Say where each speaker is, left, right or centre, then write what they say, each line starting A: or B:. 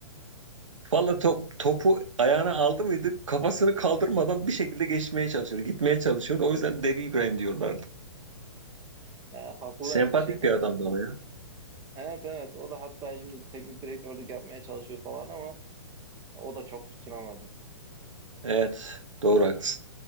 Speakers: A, on the right (about 80°); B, on the right (about 25°).
A: Valla top, topu ayağına aldı mıydı kafasını kaldırmadan bir şekilde geçmeye çalışıyordu. Gitmeye çalışıyordu. O yüzden Deli İbrahim diyorlardı.
B: Ha, haklılarmış
A: Sempatik
B: ya. <laughs>
A: bir adamdı ama ya.
B: Evet evet o da hatta şimdi teknik direktörlük yapmaya çalışıyor falan ama o da çok tutunamadı.
A: Evet. Doğru haklısın.